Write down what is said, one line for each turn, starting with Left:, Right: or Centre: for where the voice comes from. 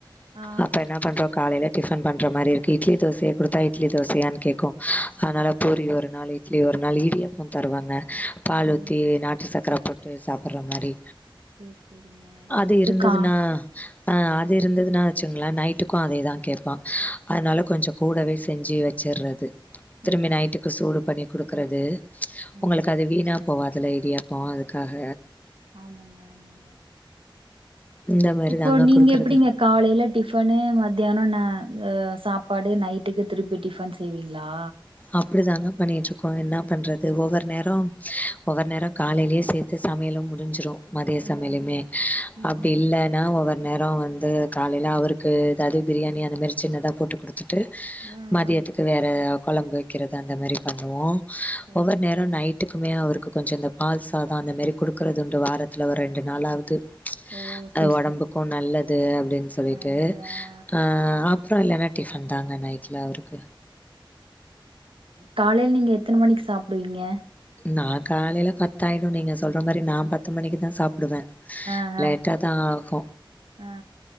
Right: ஆ
Left: அப்ப என்ன பண்றோ காலையிலே டிஃபன் பண்ற மாரி இருக்கு இட்லி தோசைய குடுத்தா இட்லி தோசையானு கேக்கு அதுனால பூரி ஒரு நாளு இட்லி ஒரு நாளு இடியப்பம் தருவாங்க பால் ஊத்தி
Right: ஓ செரி
Left: நாட்டு
Right: செரிங்க
Left: சக்கர போட்டு சாப்புட்ற மாரி
Right: செரி செரிங்க இப்போ
Left: அது
Right: வந்து
Left: இருந்ததுன்னா
Right: கா
Left: அது இருந்ததுன்னா வச்சுங்களே நைட்டுக்கு அதே தா கேப்பா அதுனால கொஞ்ச கூடவே செஞ்சு வச் சர்றது திரும்பி
Right: ஓ
Left: நைட்டுக்கு
Right: செரி செரி
Left: சூடு பண்ணி குடுக்குறது
Right: ஓ
Left: உங்களுக்கு அது வீணா
Right: செரி செரி
Left: போவாதுல்ல இடியாப் போ அதுக்காக
Right: ஆமாங்க ஆமாங்க
Left: இந்த மாரி
Right: இப்போ
Left: தாங்க
Right: நீங்க
Left: குடுக்கறது.
Right: எப்டிங்க காலையில டிஃபனு மத்தியானோ ந அ சாப்பாடு நைட்டுக்கு திருப்பி டிஃபன் செய்வீங்ளா
Left: அப்புடி தாங்க பண்ணிகிட்ருக்கோ என்னா பண்றது ஒவ்வொரு நேரோ ஒவ்வொரு நேரோ காலையிலேயே சேத்து சமையலு முடிஞ்சுரு மதிய
Right: அதா
Left: சமையலுமே
Right: அதா ம்
Left: அப்டி
Right: ம்
Left: இல்ல னா ஒவ்வொரு நேரோ வந்து காலையில அவருக்கு எதாவது பிரியாணி அந்த மாரி சின்னதா போட்டு குடுத் துட்டு
Right: ஆ
Left: மதியத்துக்கு
Right: ஆ
Left: வேற கொழம்பு வைக்கிறது அந்த மாரி பண்ணுவோ
Right: ஓ
Left: ஒவ்வொரு
Right: செரி
Left: நேரோ
Right: செரி
Left: நைட்டுக்கு க்குமே அவருக்கு கொஞ்ச இந்த பால் சாதோ அந்த மாரி குடுக்குறதுண்டு வாரத்துல ஒரு ரெண்டு நாளாவது
Right: ஓ
Left: அது
Right: செரி
Left: ஒடம்புக்கு
Right: செரிங்க
Left: நல்லது அப்டின் சொல்லிட்டு
Right: நல்லது ஆ
Left: அ அப் அப்றோ இல்லன்னா டிஃபன் தாங்க நைட்ல அவருக்கு
Right: காலையில நீங்க எத்தன மணிக்கு சாப்டுவீங்க
Left: நா காலையில பத்தாயிடு நீங்க சொல்ற மாரி நா பத்து மணிக்கு தா சாப்டுவே
Right: ஆ
Left: லேட்டா
Right: ஆ
Left: தா ஆகு
Right: ஆ